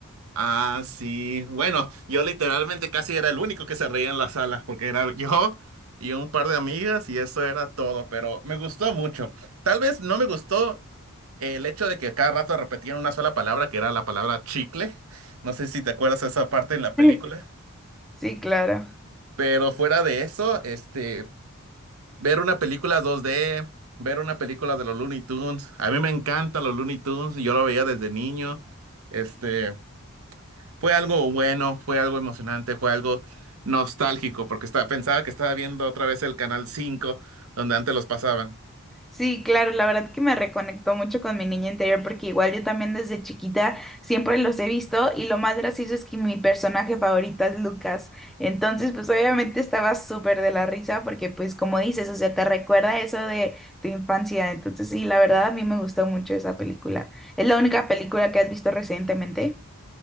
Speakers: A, on the right; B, in the centre.
A: Ah, sí. Bueno, yo literalmente casi era el único que se reía en la sala, porque era yo y un par de amigas y eso era todo, pero me gustó mucho. Tal vez no me gustó el hecho de que cada rato repetían una sola palabra, que era la palabra chicle. No sé si te acuerdas de esa parte en la película,
B: <laughs> Sí, claro.
A: pero fuera de eso, este, ver una película dos d ver una película de los Looney Tunes, a mí me encantan los Looney Tunes, yo lo veía desde niño. Este, Fue algo bueno, fue algo emocionante, fue algo nostálgico, porque estaba, pensaba que estaba viendo otra vez el Canal 5 donde antes los pasaban.
B: Sí, claro, la verdad que me reconectó mucho con mi niña interior porque igual yo también desde chiquita siempre los he visto y lo más gracioso es que mi personaje favorito es Lucas. Entonces, pues obviamente estaba súper de la risa porque pues como dices, o sea, te recuerda eso de tu infancia. Entonces, sí, la verdad a mí me gustó mucho esa película. ¿Es la única película que has visto recientemente?